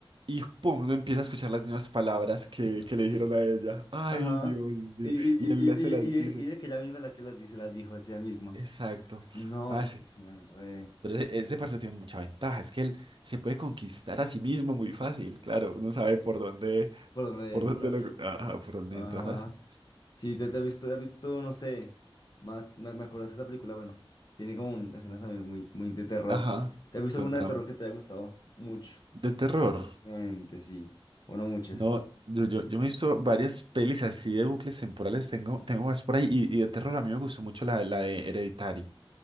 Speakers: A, on the right (about 60°); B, on the left (about 45°).
A: y pum, uno empieza a escuchar las mismas palabras que, que le dijeron a ella. Ay,
B: Ajá.
A: Dios mío.
B: Y, y,
A: Y
B: y,
A: él las- se las
B: y, y,
A: dice.
B: y- y de que ella misma es la que las dice, las dijo así ella misma.
A: Exacto.
B: Es- No,
A: Parce.
B: es, es una re...
A: Pero ese, ese parce tiene mucha ventaja. Es que él se puede conquistar a sí mismo muy fácil. Claro, uno sabe por dónde,
B: ¿Por dónde
A: por
B: entrar?
A: dónde lo, ajá, por dónde
B: Ajá.
A: entra fácil.
B: ajá. Sí, te, te he visto, he visto, no sé, más, me, me acuerdas de esa película, bueno, tiene como un- escenas también muy, muy de terror.
A: Ajá,
B: ¿Te has visto
A: contame.
B: alguna de terror que te haya gustado? Mucho,
A: De terror.
B: obviamente, sí, o no muchas.
A: No, yo, yo, yo me he visto varias pelis así de bucles temporales, tengo, tengo más por ahí, y, y de terror a mí me gustó mucho la, la de Hereditary,